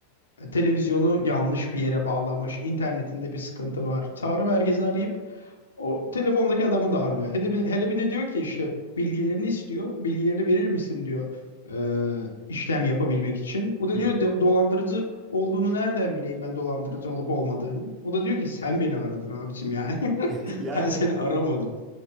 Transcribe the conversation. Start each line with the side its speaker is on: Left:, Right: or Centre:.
Left: E, Televizyonu yanlış bir yere bağlamış. İnternetinde bir sıkıntı var. Çağrı merkezini arayıp O telefondaki adamı darlıyor. Hele bir, hele bir de diyor ki işte bilgilerini istiyor. Bilgilerini verir misin diyor e, işlem yapabilmek için. O da
Right: Hı
Left: diyor
Right: hı.
Left: "Do- dolandırıcı olduğunu nereden bileyim ben dolandırıcı olup olmadığını. O da diyor ki sen beni aradın abicim yani.
Right: <laughs>
Left: <laughs>
Right: Ya
Left: Ben
Right: aynen.
Left: seni aramadım.